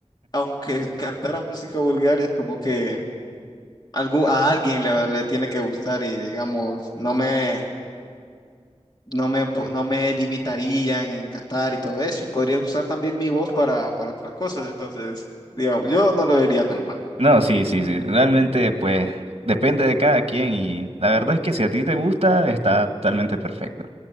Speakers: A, on the left; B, on the right.
A: aunque cantara música vulgar, es como que algo, a alguien le, le tiene que gustar y, digamos, no me, no me, po- no me limitarían en cantar y todo eso. Y podría usar también mi voz para, para otras cosas. Entonces, digamos, yo no lo vería tan mal.
B: no, sí, sí, sí, realmente pues depende de cada quien y la verdad es que si a ti te gusta, está totalmente perfecto.